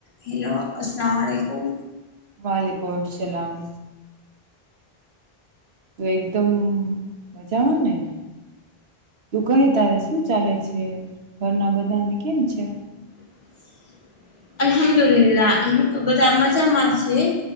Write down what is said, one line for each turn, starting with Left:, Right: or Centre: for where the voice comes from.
Left: હેલો અસલામાલીકુમ.
Right: વાલીકુમ અસલાામ. તો એકદમ મજામાં ને? તું કહે તારે શું ચાલે છે ઘરના બધાને કેમ છે?
Left: હ અલહમદુલલા અહી તો બજા મજા મા છે.